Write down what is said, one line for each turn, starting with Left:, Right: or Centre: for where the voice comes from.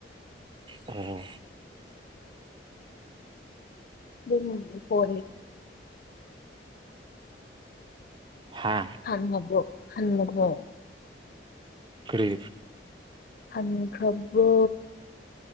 Right: ꯑꯣ
Left: ꯎꯝ ꯐ
Right: ꯍꯥ
Left: ꯍꯟꯃꯔꯨ ꯍꯟꯃꯔꯃꯨ
Right: ꯀꯔꯤ
Left: ꯑꯪꯈ꯭ꯔꯕꯨ